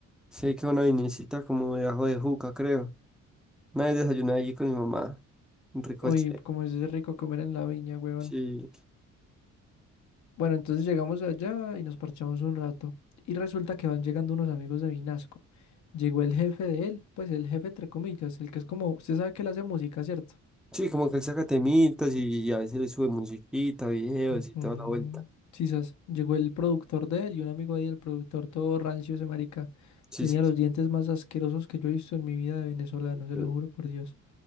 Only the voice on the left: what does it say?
Uy, cómo es de rico comer en la viña, weón.
Bueno, entonces llegamos allá y nos parchamos un rato. Y resulta que van llegando unos amigos de Vinasco. Llegó el jefe de él, pues el jefe entre comillas, el que es como, usted sabe que él hace música, ¿cierto?
Ujú.
Sí, sas. Llegó el productor de él y un amigo ahí, el productor todo rancio, ese marica.
Tenía
los dientes más asquerosos que yo he visto en mi vida de venezolano, se
lo juro por Dios.